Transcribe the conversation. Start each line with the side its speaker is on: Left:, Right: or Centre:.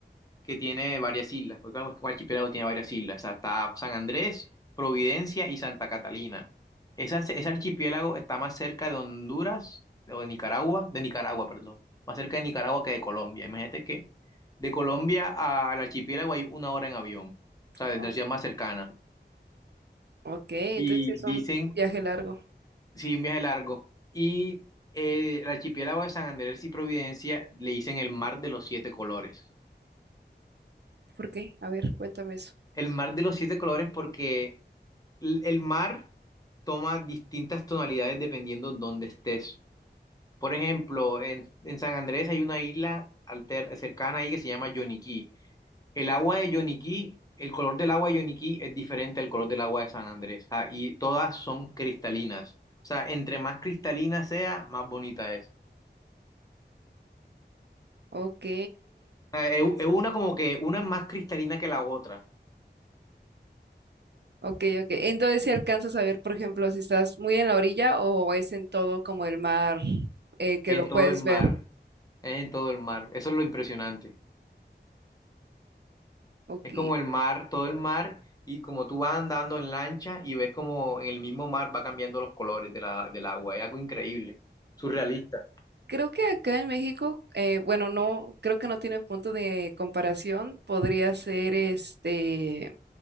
Left: que tiene varias islas, porque claro, es que un archipiélago tiene varias islas, o sea, está San Andrés, Providencia y Santa Catalina. Esa, ese archipiélago está más cerca de Honduras, o de Nicaragua, de Nicaragua, perdón, más cerca de Nicaragua que de Colombia. Imagínate que de Colombia a- al archipiélago hay una hora en avión, o sea, desde
Right: ah,
Left: la ciudad más cercana.
Right: Ok, entonces
Left: Y
Right: es un
Left: dicen,
Right: viaje largo.
Left: sí, un viaje largo. Y eh, el archipiélago de San Andrés y Providencia le dicen el mar de los siete colores.
Right: ¿Por qué? A ver, cuéntame eso.
Left: El mar de los siete colores porque l- el mar toma distintas tonalidades dependiendo dónde estés. Por ejemplo, en, en San Andrés hay una isla alter- cercana ahí que se llama Yoniquí. El agua de Yoniquí, el color del agua de Yoniquí es diferente al color del agua de San Andrés. Ah, y todas son cristalinas. O sea, entre más cristalina sea, más bonita es.
Right: Ok,
Left: O sea, es, es una como que una es más cristalina que la otra
Right: ok, ok. Entonces si alcanzas a ver, por ejemplo, si estás muy en la orilla o es en todo como el mar eh, que
Left: en
Right: lo puedes
Left: todo el mar.
Right: ver.
Left: Es en todo el mar. Eso es lo impresionante.
Right: Ok.
Left: Es como el mar, todo el mar, y como tú vas andando en lancha y ves como en el mismo mar va cambiando los colores de la, del agua. Es algo increíble, surrealista.
Right: Creo que acá en México, eh, bueno, no, creo que no tiene punto de comparación. Podría ser este